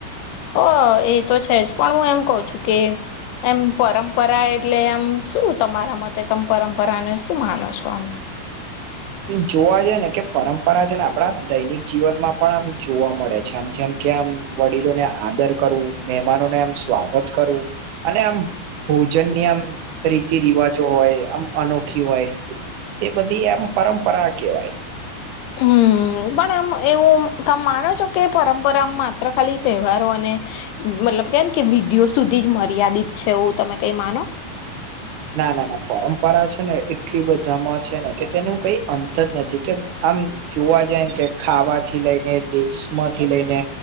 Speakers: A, on the left; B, on the right.
A: હ એતો છે, જ પણ હું એમ કઉ છું, કે એમ પરંપરા એટલે આમ શું તમારા મતે તમે પરંપરાને શું માનો છો આમ?
B: જોવા જઈ ને કે પરંપરા છે, ને આપડા દૈનિક જીવનમાં પણ આમ જોવા મળે છે, આમ જેમ કે આમ વડીલોને આદર કરું મહેમાનોને આમ સ્વાગત કરું અને આમ ભોજનની આમ રીતિ રિવાજો હોય આમ અનોખી હોય તે બધી એમ પરંપરા કહેવાય
A: હમ. પણ એમ એવું તમ માનો છો કે પરંપરા માત્ર ખાલી તહેવારો અને મતલબ કેમ કે વિધિયો સુધી જ મર્યાદિત છે, એવું તમે કઈ માનો?
B: ના ના ના પરંપરા છે, ને એટલી બધામાં છે, ને કે તેનું કઈ અંત જ નથી કે આમ જોવા જાયમ કે ખાવાથી લઈને દેશમાથી લઈને